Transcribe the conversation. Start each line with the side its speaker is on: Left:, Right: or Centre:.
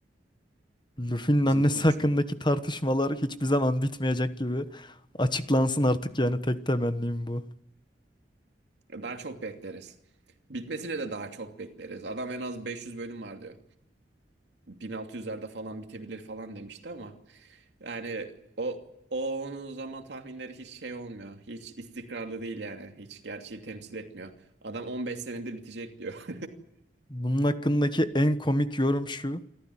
Left: Luffy'nin
Right: Bizim
Left: annesi
Right: kumcu.
Left: hakkındaki tartışmalar hiçbir zaman bitmeyecek gibi. Açıklansın artık yani tek temennim bu.
Right: Daha çok bekleriz. Bitmesine de daha çok bekleriz. Adam en az 500 bölüm var diyor. 1600'lerde falan bitebilir falan demişti ama. Yani o o onun zaman tahminleri hiç şey olmuyor. Hiç istikrarlı değil yani. Hiç gerçeği temsil etmiyor. Adam 15 senedir bitecek diyor. <laughs>
Left: Bunun hakkındaki en komik yorum şu.